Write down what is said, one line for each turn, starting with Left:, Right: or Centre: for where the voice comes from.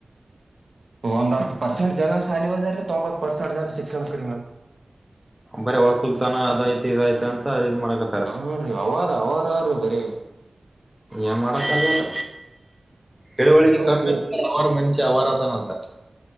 Right: ಒಂದ್ ಹತ್ತು ಪರ್ಸೆಂಟ್ ಜನ ಶಾಲಿ ಹೋದರಿ ತೊಂಬತ್ ಪರ್ಸೆಂಟ್ ಜನ ಶಿಕ್ಷಣ ಕ ಮೇಡಿಮ್
Centre: ಬರೆ ವಕ್ಲುತನ ಆದಯಾತ್ ಇದಾಯತ್ ಅಂತ ಮಾಡಕತ್ತಾರ
Right: ಹ ರೀ ಅವಾರ ಅವರಾರು ಬರೀ.
Centre: ಏನ್ ಮಾಡಕ್ ಅಗಲ್ಲ ತಿಳುವಳಿಗೆ ಕಮ್ಮಿ
Right: ಕೂ
Centre: ಇತ್ತು ಮಷ <unintelligible> <unintelligible>